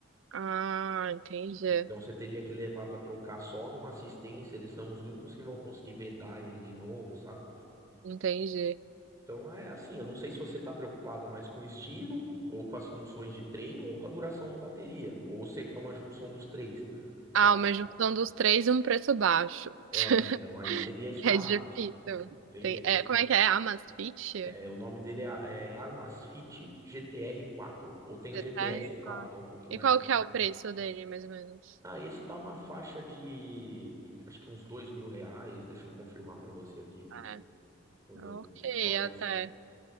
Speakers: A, on the right; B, on the right.
A: Ah,
B: entendeu?
A: entendi.
B: Então você teria que levar pra trocar só numa assistência, eles são os únicos que vão conseguir vedar ele de novo, sabe?
A: Entendi.
B: Então é assim, eu não sei se você está preocupada mais com o estilo, ou com as funções de treino, ou com a duração da bateria, ou você quer uma junção dos três,
A: Ah,
B: sabe?
A: uma junção dos três e um preço baixo.
B: É,
A: <laughs>
B: então aí seria esse da
A: É difícil.
B: Amazon. Não tem
A: Tem-
B: jeito.
A: é, como é que é? Amasfit?
B: É, o nome dele é, é Amazfit GTR4, ou tem
A: Detalhe.
B: o GTS 4, que é um pouquinho
A: E
B: mais
A: qual
B: caro.
A: que é o preço dele, mais ou menos?
B: Ah, esse tá uma faixa de, acho que uns dois mil reais, deixa eu confirmar para você aqui,
A: Ah, é.
B: vou ver.
A: ok,
B: Ó, esse.
A: até.